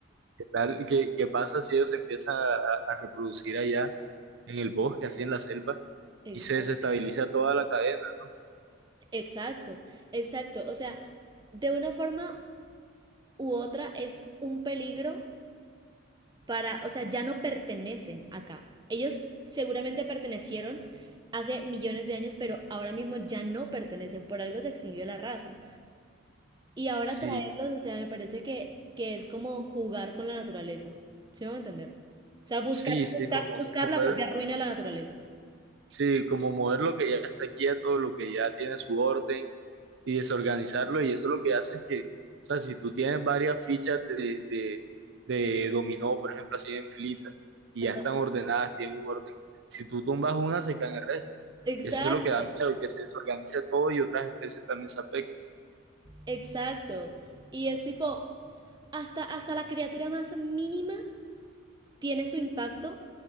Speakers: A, on the right; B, on the right.
A: ¿Qué tal? ¿Qué, qué pasa si ellos se empiezan a, a reproducir allá en el bosque, así en la selva,
B: Exacto.
A: y se desestabiliza toda la cadena, ¿no?
B: Exacto, exacto. O sea, de una forma u otra es un peligro para, o sea, ya no pertenecen acá. Ellos seguramente pertenecieron hace millones de años, pero ahora mismo ya no pertenecen, por algo se extinguió la raza. Y ahora
A: Sí,
B: traerlos, o sea, me parece que, que es como jugar con la naturaleza. ¿Sí me va a entender? O sea, buscar,
A: sí, sí,
B: buscar,
A: como
B: buscar
A: mover,
B: la propia ruina de la naturaleza.
A: sí, como mover lo que ya está quieto, lo que ya tiene su orden, y desorganizarlo. Y eso lo que hace es que, o sea, si tú tienes varias fichas de, de, de dominó, por ejemplo, así en filitas, y
B: Ajá.
A: ya están ordenadas, tienen un orden, si tú tumbas una, se caen el resto.
B: Exacto,
A: Y eso es lo que da miedo, que se desorganice todo y otras especies también se afecten.
B: exacto. Y es tipo, hasta, hasta la criatura más mínima tiene su impacto